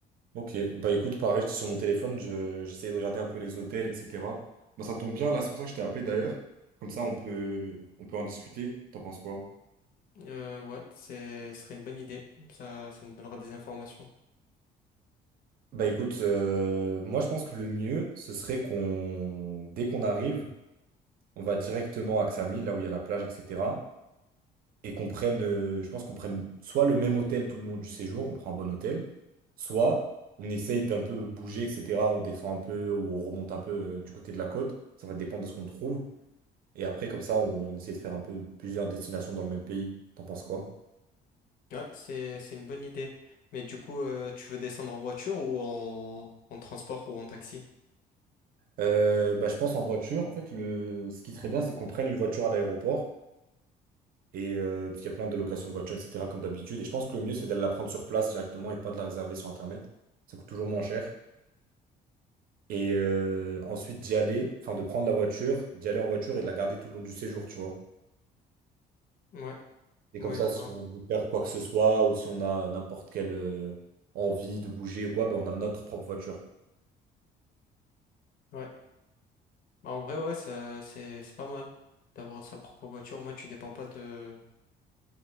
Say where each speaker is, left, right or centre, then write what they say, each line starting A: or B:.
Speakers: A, on the right; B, on the left.
A: ok. Bah écoute, pareil, j'étais sur mon téléphone, je, j'essayais de regarder un peu les hôtels, etc. Bah ça tombe bien, là, c'est pour ça que je t'ai appelé d'ailleurs. Comme ça, on peut, on peut en discuter. T'en penses quoi?
B: Euh, ouais, c'est, ce serait une bonne idée. Ça, ça nous donnera des informations.
A: Bah écoute, euh, moi je pense que le mieux, ce serait qu'on, dès qu'on arrive, on va directement à Ksamil, là où il y a la plage, etc. et qu'on prenne, euh, je pense qu'on prenne soit le même hôtel tout le long du séjour, on prend un bon hôtel, soit on essaye d'un peu bouger, etc. On descend un peu ou on remonte un peu euh, du côté de la côte. Ça va dépendre de ce qu'on trouve. Et après, comme ça, on, on essaie de faire un peu plusieurs destinations dans le même pays. T'en penses quoi?
B: Ouais, c'est, c'est une bonne idée. Mais du coup, euh, tu veux descendre en voiture ou en, en transport ou en taxi?
A: Euh, bah, je pense en voiture. En fait, le... ce qui serait bien, c'est qu'on prenne une voiture à l'aéroport. Et euh, parce qu'il y a plein de locations de voitures, etc., comme d'habitude. Et je pense que le mieux, c'est d'aller la prendre sur place directement et pas de la réserver sur Internet. Ça coûte toujours moins cher. Et euh, ensuite d'y aller, enfin de prendre la voiture, d'y aller en voiture et de la garder tout le long du séjour, tu vois.
B: Ouais,
A: Et
B: ouais,
A: comme ça,
B: je vois.
A: si on veut faire quoi que ce soit ou si on a n'importe quelle euh, envie de bouger ou quoi, ben on a notre propre voiture.
B: Ouais. Bah, En vrai, ouais, ça, c'est, c'est pas mal d'avoir sa propre voiture. Moi, tu dépends pas de,